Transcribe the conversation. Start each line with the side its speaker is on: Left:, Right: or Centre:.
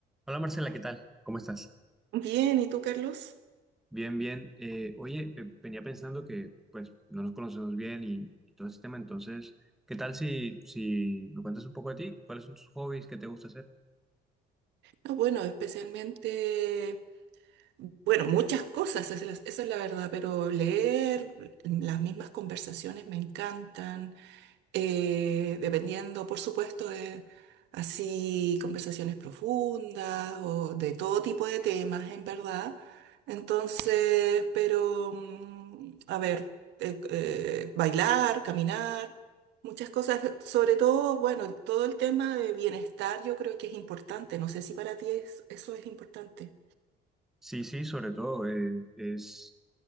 Centre: Hola Marcela, ¿qué tal? ¿Cómo estás?
Right: Bien, ¿y tú, Carlos?
Centre: Bien, bien. Eh, oye, eh, venía pensando que pues no nos conocemos bien y, y todo ese tema, entonces, ¿qué tal si, si me cuentas un poco de ti? ¿Cuáles son tus hobbies? ¿Qué te gusta hacer?
Right: No, bueno, especialmente, bueno, muchas cosas, esa es la, esa es la verdad, pero leer las mismas conversaciones me encantan. eh, dependiendo, por supuesto, de así conversaciones profundas o de todo tipo de temas, en verdad. Entonces, pero, mm, a ver, eh, eh, bailar, caminar, muchas cosas, sobre todo, bueno, todo el tema de bienestar yo creo que es importante. No sé si para ti es- eso es importante.
Centre: Sí, sí, sobre todo, eh, es,